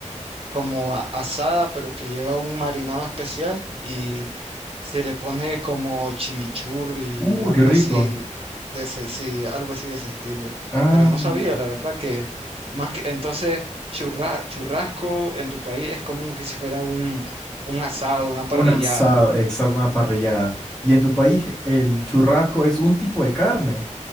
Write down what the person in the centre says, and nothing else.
Uy,
qué rico.
Ah.
Un asado, exacto, una parrillada. Y en tu país el churrasco es un tipo de carne.